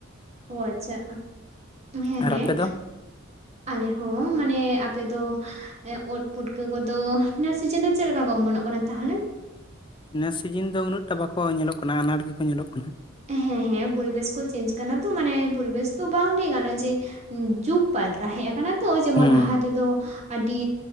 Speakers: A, on the right (about 30°); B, on the left (about 20°).
A: ᱚ ᱟᱪᱪᱷᱟ ᱦᱮᱸ
B: ᱟᱨ
A: ᱦᱮᱸ
B: ᱟᱯᱮ ᱫᱚ
A: ᱟᱞᱮ ᱦᱚᱸ ᱢᱟᱱᱮ ᱟᱯᱮ ᱫᱚ ᱳᱫ ᱯᱩᱴᱠᱟᱹ ᱠᱚᱫᱚ ᱱᱚᱣᱟ ᱥᱤᱡᱤᱱ ᱫᱚ ᱪᱮᱫ ᱞᱮᱠᱟ ᱠᱚ ᱚᱢᱚᱱᱚᱜ ᱠᱟᱱᱟ ᱛᱟᱦᱚᱞᱮ?
B: ᱱᱮᱥ ᱥᱤᱡᱤᱱ ᱫᱚ ᱩᱱᱟᱹᱜ ᱴᱟ ᱵᱟᱠᱚ ᱧᱮᱞᱚᱜ ᱠᱟᱱᱟ ᱟᱱᱟᱴ ᱜᱮᱠᱚ ᱧᱮᱞᱚᱜ ᱠᱟᱱᱟ ᱾
A: ᱦᱮᱸ ᱦᱮᱸ ᱯᱚᱨᱤᱵᱮᱥ ᱠᱚ ᱪᱮᱧᱡ ᱠᱟᱱᱟ ᱛᱚ ᱢᱟᱱᱮ ᱯᱚᱨᱤᱵᱮᱥ ᱛᱚ ᱵᱟᱝ ᱞᱟᱹᱭ ᱜᱟᱱᱚᱜ-ᱟ ᱡᱮ ᱡᱩᱜᱽ ᱯᱟᱞᱴᱟᱣ ᱦᱮᱡ ᱠᱟᱱᱟ ᱾ ᱛᱚ ᱡᱮᱢᱚᱱ
B: ᱦᱮᱸ
A: ᱞᱟᱦᱟ ᱛᱮᱫᱚ ᱟᱹᱰᱤ